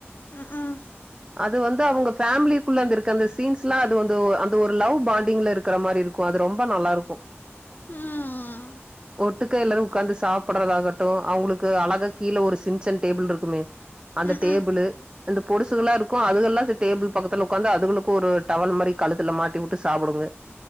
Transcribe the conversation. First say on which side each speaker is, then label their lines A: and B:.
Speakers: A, on the left (about 45°); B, on the right (about 20°).
A: உம்
B: அது வந்து அவங்க ஃபேம்லிக்குள்ள அந்த இருக்க அந்த சீன்ஸ்ல்லா அது வந்து அந்த ஒரு லவ் பாண்டிங்ல இருக்கிற மாரி இருக் கு அது ரொம்ப நல்லா இருக்கு
A: ம்
B: ஒட்டுக்க எல்லாரும் உக்காந்து சாப்பறதாகட்டு அவுங்ளுக்கு அழகா கீழ ஒரு சின்சன் டேபிள் இருக்குமே அந்த
A: ம்ம்
B: டேபுளு இந்த பொடுசுகள்ளா இருக்கு அதுகேல்லா செந் டேபிள் பக்கத்துல உக்காந்து அதுகுளுக்கு ஒரு டவல் மாரி கழுத்துல மாட்டி வுட்டு சாப்புடுங்க